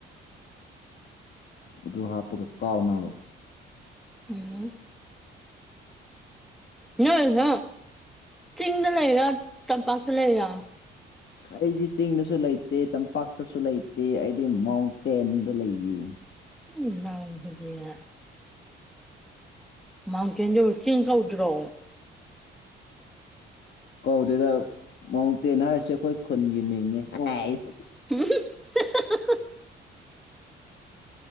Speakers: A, on the left (about 60°); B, in the centre.
A: ꯑꯗꯨ ꯍꯥꯞꯄꯒ ꯀꯥꯎꯅꯕ
B: ꯎꯝ ꯅꯣꯏ <unintelligible> ꯆꯤꯡꯗ ꯂꯩꯔꯤꯔꯦ ꯇꯝꯄꯥꯛꯇ ꯂꯩꯔꯤꯔꯥ
A: ꯑꯩꯗꯤ ꯆꯤꯡꯗꯁꯨ ꯂꯩꯇꯦ ꯇꯝꯄꯥꯛꯇꯁꯨ ꯂꯩꯇꯦ ꯑꯩꯗꯤ ꯃꯥꯎꯟꯇꯦꯟꯗ ꯂꯩꯌꯦ
B: <inaudible> ꯃꯥꯎꯇꯦꯟꯗꯣ ꯆꯤꯡ ꯀꯧꯗꯔꯣ
A: ꯀꯧꯗꯦꯗ ꯃꯥꯎꯟꯇꯦꯟ ꯍꯥꯏꯔꯤꯁꯦ ꯑꯩꯈꯣꯏ ꯈꯨꯟꯒꯤ ꯃꯤꯡꯅꯦ <unintelligible>
B: <unintelligible>